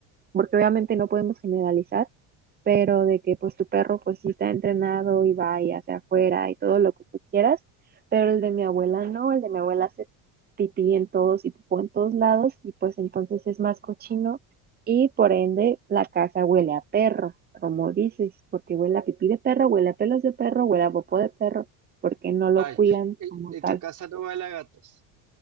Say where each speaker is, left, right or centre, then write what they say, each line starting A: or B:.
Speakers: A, on the right (about 25°); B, on the right (about 45°).
A: Porque obviamente no podemos generalizar, pero de que pues tu perro pues sí está entrenado y va y hacia afuera y todo lo que tú quieras, pero el de mi abuela no, el de mi abuela hace pipí en todos y pipó en todos lados y pues entonces es más cochino y por ende la casa huele a perro, como dices, porque huele a pipí de perro, huele a pelos de perro, huele a popó de perro, porque no lo
B: Ay,
A: cuidan
B: en
A: como
B: en
A: tal.
B: tu casa no huele a gatos.